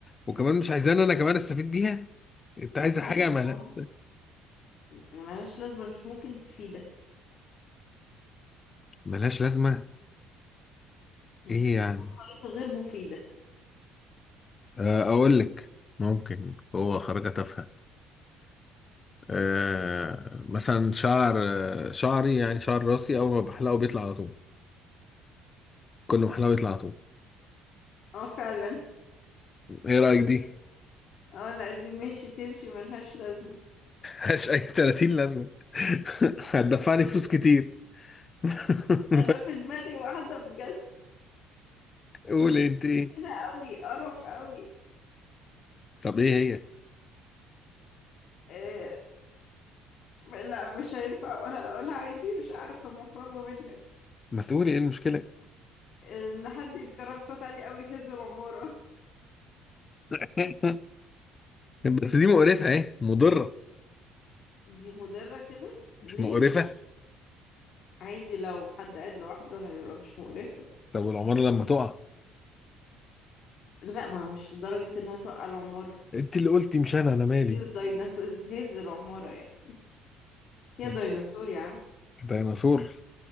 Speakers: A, on the left; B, on the left.
A: وكمان مش عايزان انا كمان استفيد بيها؟ انت عايز حاجة
B: ايوه ما
A: ملا...
B: هو أنا- ملهاش لازمه مش ممكن تفيدك
A: ملهاش لازمة؟
B: يعني
A: ايه يعني؟
B: تكون خريطه غير مفيده
A: آه، اقول لك ممكن قوة خارقة تافهة أه مثلا شعر آه، شعري يعني شعر راسي اول ما بحلقه بيطلع على طول كل ما احلقه يطلع على طول
B: <laughs> اه فعلا
A: ايه رأيك
B: تصدق
A: دي؟
B: اه لا دي <laughs> ماشي تمشي ملهاش لازمه
A: ملهاش اي 30 لازمة <laughs> هتدفعني
B: <laughs> طب
A: فلوس كتير <laughs>
B: انا في دماغي واحده بجد
A: قولي انت ايه؟
B: هنا قوي قرف قوي
A: طب ايه هي؟
B: آه لا مش هينفع اقولها اقولها عادي مش عارفه مخرجه منك
A: ما تقولي ايه المشكلة؟
B: ان حد يتكرر بصوت عالي قوي يهز العماره
A: <laughs> بس دي مقرفه اهي مضره
B: <laughs> دي مضره كده
A: مش
B: ليه
A: مقرفه
B: مش عادي لو حد قاعد لوحده هتبقى مش مقرفه
A: طب والعماره لما تقع
B: لا ما مش لدرجه انها توقع العماره
A: انت اللي قلتي مش انا انا مالي
B: كده ديناصور تهز العمارة يعني كده
A: إيه؟
B: ديناصور يا عم
A: ديناصور